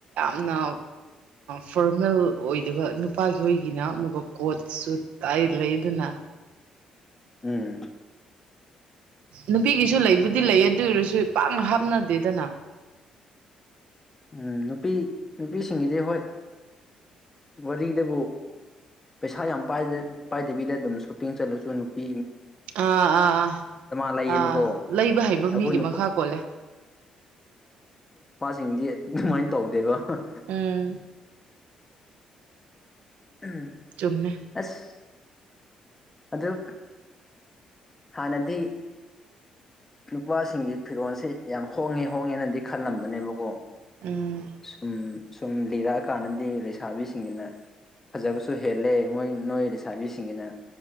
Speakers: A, on the right; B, on the left.
A: ꯌꯥꯝꯅ ꯐꯣꯔꯃꯦꯜ ꯑꯣꯏꯗꯕ ꯅꯨꯄꯥꯒꯤ ꯍꯣꯏꯒꯤꯅ ꯑꯃꯨꯛꯀ ꯀꯣꯠꯁꯨ ꯇꯥꯏ ꯂꯩꯗꯅ
B: ꯎꯝ
A: ꯅꯨꯄꯤꯒꯤꯁꯨ ꯂꯩꯕꯨꯗꯤ ꯂꯩ ꯑꯗꯨ ꯑꯣꯏꯔꯁꯨ ꯄꯥꯛꯅ ꯍꯥꯞꯅꯗꯦꯗꯅ
B: ꯎꯝ ꯅꯨꯄꯤ ꯅꯨꯄꯤꯁꯤꯡꯒꯤꯗꯤ ꯍꯣꯏ ꯋꯥꯔꯤꯗꯕꯨ ꯄꯩꯁꯥ ꯌꯥꯝ ꯄꯥꯏꯗꯕꯤꯗ ꯑꯗꯨꯝ ꯁꯣꯄꯤꯡ ꯆꯠꯂꯁꯨ ꯅꯨꯄꯤ
A: ꯑꯥ ꯑꯥ ꯑꯥ
B: ꯂꯩꯌꯦꯕꯀꯣ
A: ꯑꯥ ꯂꯩꯕ ꯍꯩꯕ
B: ꯑꯩꯈꯣꯏ
A: ꯃꯤꯒꯤ
B: ꯅꯨꯄꯥ
A: ꯃꯈꯥ ꯀꯣꯜꯂꯦ
B: ꯁꯤꯡꯗꯤ ꯃꯟ ꯇ ꯍꯗꯦꯕ ꯑ
A: ꯎꯝ
B: ꯎꯝ
A: ꯆꯨꯝꯃꯦ
B: ꯑꯁ ꯑꯗꯨ ꯍ ꯅꯗꯤ ꯅꯨꯄꯥꯁꯤꯡꯒꯤ ꯐꯤꯔꯣꯟꯜꯁꯤꯦ ꯌꯥꯝ ꯍꯣꯡꯉꯦ ꯍꯣꯡꯉꯦꯅꯗꯤ ꯈꯜꯂꯝꯕꯅꯦꯕꯀꯣ
A: ꯎꯝ
B: ꯎꯝ ꯁꯨꯝ ꯂꯤꯔꯛꯑ ꯀꯥꯟꯗꯗꯤ ꯂꯩꯁꯥꯕꯤ ꯁꯤꯡꯅ ꯐꯖꯥ ꯁꯨ ꯍꯦꯜꯂꯦ ꯃꯣꯏ ꯅꯣꯏ ꯂꯩꯁꯥꯕꯤꯁꯤꯡꯒꯤꯅ